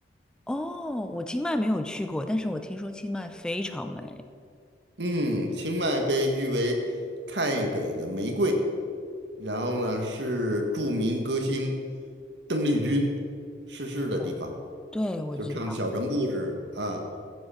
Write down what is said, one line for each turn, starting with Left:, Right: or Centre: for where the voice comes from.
Centre: 哦，我清迈没有去过，但是我听说清迈非常美。
Right: 嗯，清迈被誉为泰北的玫瑰，然后呢是著名歌星邓丽君逝世的地方，
Centre: 嗯，对，我知道，
Right: 就唱小城故事啊，